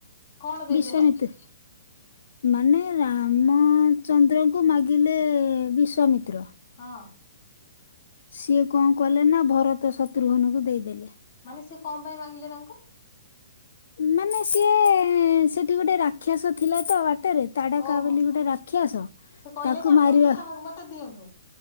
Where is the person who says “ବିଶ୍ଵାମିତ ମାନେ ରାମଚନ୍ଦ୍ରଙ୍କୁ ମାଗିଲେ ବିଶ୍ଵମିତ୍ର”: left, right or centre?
Left